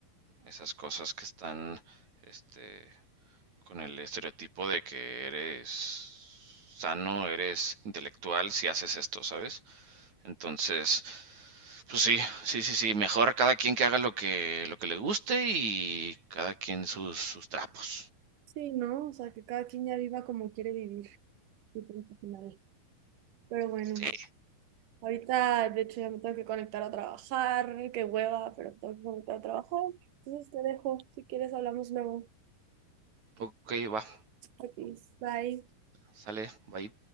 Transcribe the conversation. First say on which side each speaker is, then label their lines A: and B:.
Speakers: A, on the right; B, on the right.
A: esas cosas que están, este, con el estereotipo de que eres sano, eres intelectual si haces esto, ¿sabes? Entonces, pues sí, sí, sí, sí, mejor cada quien que haga lo que, lo que le guste y cada quien sus, sus trapos.
B: Sí, ¿no? O sea, que cada quien ya viva como quiere vivir y punto final. Pero bueno,
A: Sí.
B: ahorita de hecho ya me tengo que conectar a trabajar, qué hueva, pero tengo que conectar a trabajar. Entonces te dejo, si quieres hablamos luego.
A: Ok, va,
B: Aquí, bye.
A: sale, bye.